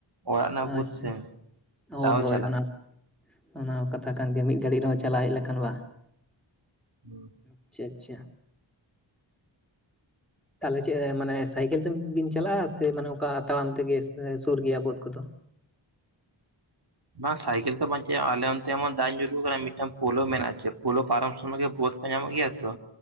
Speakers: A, on the right (about 55°); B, in the centre.
A: ᱚᱲᱟᱜ ᱨᱮᱱᱟ ᱵᱟᱹᱫᱽ
B: ᱟᱪᱪᱷᱟ
A: ᱥᱮ
B: ᱦᱳᱭ
A: ᱛᱟᱣ
B: ᱦᱳᱭ
A: ᱪᱟᱞᱟ
B: ᱚᱱᱟ ᱚᱱᱟ ᱦᱚᱸ ᱠᱟᱛᱷᱟ ᱠᱟᱱ ᱜᱮᱭᱟ ᱢᱤᱫ ᱜᱷᱟᱹᱲᱤᱡ ᱨᱮᱦᱚᱸ ᱪᱟᱞᱟᱣ ᱦᱮᱡ ᱞᱮᱠᱷᱟᱱ ᱵᱟᱝ᱾
A: <unintelligible>
B: ᱟᱪᱷᱟ ᱪᱟ ᱛᱟᱦᱚᱞᱮ ᱪᱮᱜ ᱢᱟᱱᱮ ᱥᱟᱭᱠᱮᱞ ᱛᱮ ᱵᱤᱱ ᱪᱟᱞᱟᱜ-ᱟ ᱥᱮ ᱢᱟᱱᱮ ᱚᱱᱠᱟ ᱛᱟᱲᱟᱢ ᱛᱮᱜᱮ ᱥᱩᱨ ᱜᱮᱭᱟ ᱵᱟᱹᱫ ᱠᱚᱫᱚ?
A: ᱵᱟᱝ ᱥᱟᱭᱠᱮᱞ ᱛᱚ ᱵᱟᱝ ᱪᱟᱜ-ᱟ ᱟᱞᱮ ᱚᱱᱛᱮᱢᱟ ᱫᱟᱜ ᱧᱩᱨᱩᱜ ᱠᱟᱱᱟ ᱢᱤᱫᱴᱟᱝ ᱯᱳᱞᱳ ᱢᱮᱱᱟᱜ ᱪᱮ ᱯᱳᱞᱳ ᱯᱟᱨᱚᱢ ᱥᱚᱢᱚᱭ ᱜᱮ ᱵᱟᱸᱫ ᱠᱚ ᱧᱟᱢᱚᱜ ᱜᱮᱭᱟ ᱛᱚ